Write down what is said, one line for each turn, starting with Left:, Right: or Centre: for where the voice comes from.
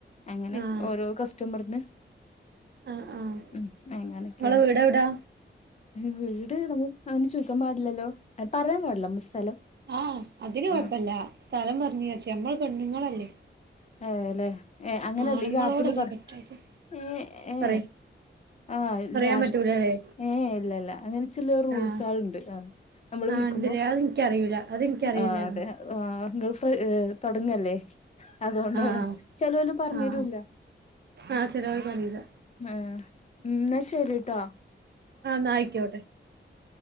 Left: അങ്ങനെ
Right: ആഹ്
Left: ഓരോ കസ് റ്റമറിന്ന്
Right: ആഹ് ആഹ്
Left: ഉ അങ്ങനൊക്കെയാണ്.
Right: ഇങ്ങളെ വീടെവിടാ
Left: വീട് നമ്മള് അങ്ങനെ ചോദിക്കാൻ പാടില്ലല്ലോ പറയാൻ പാടില്ല നമ്മ സ്ഥലം.
Right: ആഹ അതിന് കൊഴപ്പല്ല
Left: ആഹ്
Right: സ്ഥലം പറഞ്ഞച്ച നമ്മൾ പെണ്ണുങ്ങളല്ലേ.
Left: അതല്ലേ ഏ അങ്ങനെയല്ലേ
Right: ആണുങ്ങളോടല്ലേ
Left: ഈ ആപ്പില് പറ
Right: പറ്റാത്തെ
Left: ഏ ഏ
Right: പറയ്
Left: ആ
Right: പറയാൻ
Left: രാഷ്
Right: പറ്റൂലല്ലേ
Left: ഏ ഇല്ലല്ല അങ്ങനെ ചില റൂൾസാള്
Right: ആഹ്
Left: ണ്ട് ആ നമ്മള്
Right: ആഹ്
Left: വിളിക്കുമ്പോ
Right: ഇണ്ട്ല്ലേ അത് ഇൻക്കറിയൂല അത് ഇൻക്കറിയില്ലാന്ന്
Left: ആ അതെ. ആ ഗൾഫ് തുടങ്ങല്ലേ? അതുകൊണ്ടാണ്
Right: ആഹ്
Left: ചെലോൽ പറഞ്ഞരുല.
Right: ആഹ് ആഹ് ചെലോൽക്കറിയൂല
Left: ഏഹ് ഇന്നശരിട്ടോ.
Right: ആന്നയിക്കോട്ടെ.